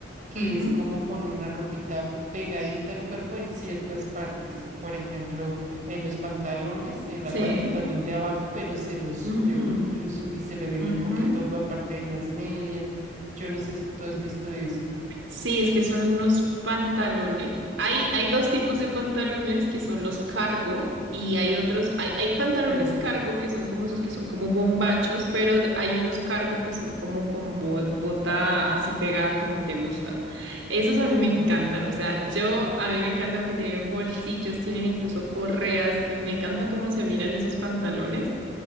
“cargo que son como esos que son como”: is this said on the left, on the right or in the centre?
Right